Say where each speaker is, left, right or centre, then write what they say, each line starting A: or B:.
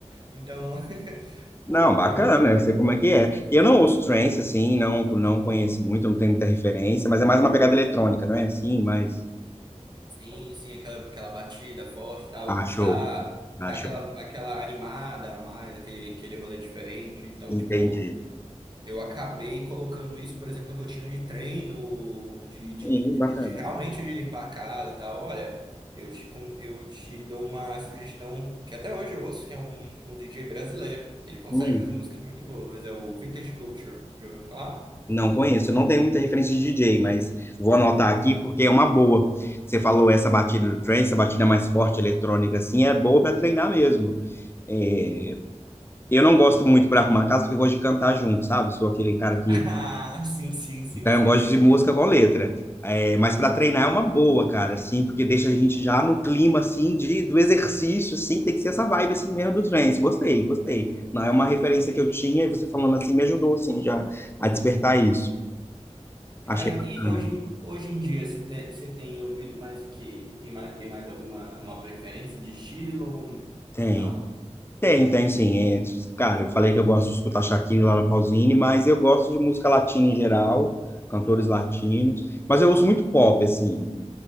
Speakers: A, on the right (about 40°); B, on the left (about 20°).
A: Então, <laughs>
B: Não,
A: pô,
B: bacana,
A: eu, eu-
B: eu sei como é que é. E eu não ouço trance, assim, não, não conheço muito, não tenho muita referência, mas é mais uma pegada eletrônica, não é assim? Mas.
A: Sim, sim, aquela, aquela batida forte e tal,
B: Ah, show.
A: que te dá,
B: Ah,
A: dá
B: show.
A: aquela, aquela animada a mais, aquele, aquele rolê diferente. Então,
B: Entendi.
A: tipo. Eu acabei colocando isso, por exemplo, em rotina de treino, de, de,
B: Sim, bacana.
A: de- de realmente de limpar a casa e tal. Olha, eu te, con- eu te dou uma sugestão que até hoje eu ouço, que é um, um DJ brasileiro. Ele consegue
B: Hum,
A: fazer músicas muito boas, é o Vintage Culture. Já ouviu falar? <laughs>
B: não conheço, eu não tenho muita referência de DJ, mas vou anotar aqui porque é uma boa. Você falou essa batida do trance, essa batida mais forte eletrônica, assim, é boa para treinar mesmo. É, eu não gosto muito para arrumar a casa porque eu gosto de cantar junto, sabe? Sou aquele cara
A: Ah, sim, sim, sim,
B: Então,
A: sim,
B: eu gosto
A: sim,
B: de música com letra. É, mas para treinar é uma boa, cara, assim, porque deixa a gente já no clima, assim, de, do exercício, assim, tem que ser essa vibe, assim, mesmo do trance. Gostei, gostei. Não é uma referência
A: sim.
B: que eu tinha e você falando assim me ajudou, assim, já a despertar isso.
A: Cara,
B: Achei bacana.
A: e hoje, hoje em dia você tem, você tem ouvido mais o quê? Tem mais, tem mais alguma uma preferência de estilo?
B: Tem.
A: Não.
B: Tem, tem sim. É, cara, eu falei que eu gosto de escutar Shakira, Laura Pausini, mas eu gosto de música latina em geral, cantores latinos. Mas eu ouço muito pop, assim.